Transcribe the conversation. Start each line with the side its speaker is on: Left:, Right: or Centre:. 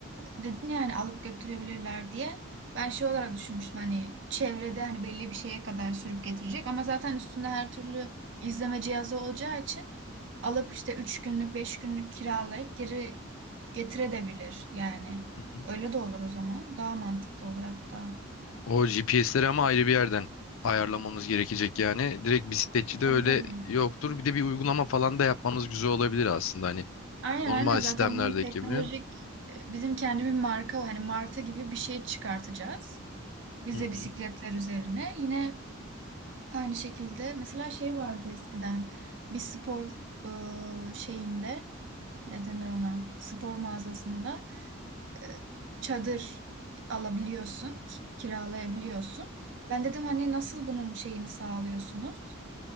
Right: dedin yani alıp götürebilirler diye. Ben şey olarak düşünmüştüm hani çevrede hani belli bir şeye kadar sürüp getirecek ama zaten üstünde her türlü izleme cihazı olacağı için alıp işte 3 günlük 5 günlük kiralayıp geri getirebilir yani.
Left: Hı hı.
Right: Öyle de olur o zaman. Daha mantıklı olur hatta.
Left: O GPS'leri ama ayrı bir yerden ayarlamamız gerekecek yani. Direkt bisikletçi de
Right: Tabii
Left: öyle
Right: tabii.
Left: yoktur. Bir de bir uygulama falan da yapmamız güzel olabilir aslında hani
Right: Aynen
Left: normal
Right: aynen zaten
Left: sistemlerdeki
Right: bunun teknolojik
Left: gibi.
Right: e, bizim kendi bir marka var. Hani marta gibi bir şey çıkartacağız. Biz
Left: Hı
Right: de bisikletler
Left: hı.
Right: üzerine. Yine Aynı şekilde mesela şey vardı eskiden bir spor e, şeyinde ne denir ona spor mağazasında e, çadır alabiliyorsun ki- kiralayabiliyorsun. Ben dedim hani nasıl bunun şeyini sağlıyorsunuz